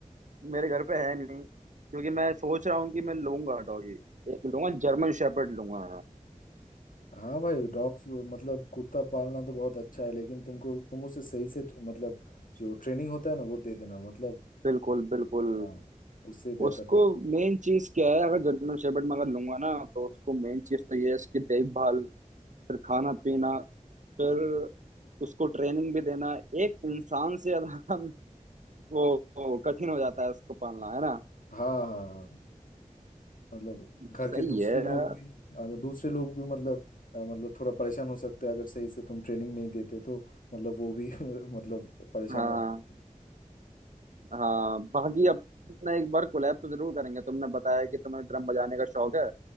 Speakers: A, on the right; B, on the left.
A: मेरे घर पे है नहीं क्योंकि मैं सोच रहा हूँ कि मैं लूंगा डॉगी एक लूंगा जर्मन शेपर्ड लूंगा मैं।
B: हाँ भाई डॉग्स मतलब कुत्ता पालना तो बहुत अच्छा है लेकिन तुमको तुम उसे सही से मतलब जो ट्रेनिंग होता है ना वो दे देना मतलब
A: बिल्कुल बिल्कुल
B: हाँ उससे बेहतर
A: उसको
B: होगा
A: मेन चीज क्या है अगर जर्मन शेपर्ड में अगर लूंगा ना तो उसको मेन चीज तो ये है इसकी देखभाल फिर खाना पीना फिर उसको ट्रेनिंग भी देना एक इंसान से ज्यादा <laughs> वो, वो कठिन हो जाता है उसको पालना है ना
B: हाँ हाँ हाँ, मतलब घर
A: सही
B: के दूसरे
A: है यार
B: लोग भी अ, दूसरे लोग भी मतलब अ, मतलब थोड़ा परेशान हो सकते हैं अगर सही से तुम ट्रेनिंग नहीं देते तो मतलब वो भी <laughs> मतलब परेशान
A: हाँ
B: हो सकते हैं।
A: हाँ बाकी अपना एक बार कोलैब तो जरूर करेंगे तुमने बताया कि तुम्हें ड्रम बजाने का शौक है